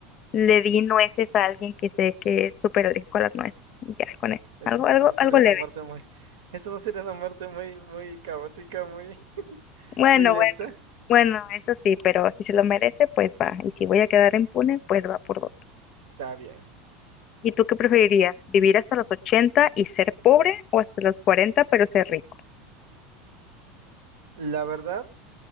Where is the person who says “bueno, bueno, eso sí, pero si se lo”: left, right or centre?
Left